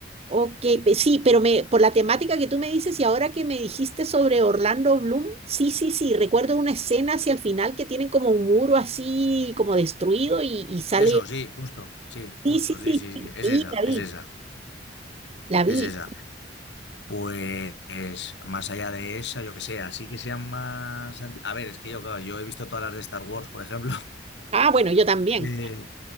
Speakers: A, on the right; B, on the left.
A: Ok, pe- sí, pero me, por la temática que tú me dices y ahora que me dijiste sobre Orlando Bloom, sí, sí, sí, recuerdo una escena hacia el final que tienen como un muro así como destruido y, y sale...
B: Eso, sí, justo, sí, justo,
A: Sí, sí, sí,
B: sí, sí,
A: sí,
B: sí, es
A: sí,
B: esa,
A: la vi,
B: es esa,
A: la vi.
B: es esa. Pues más allá de esa, yo que sé, así que sean más... anti- A ver, es que yo, claro, yo he visto todas las de Star Wars, por ejemplo. <laughs>
A: Ah, bueno, yo también,
B: Eh,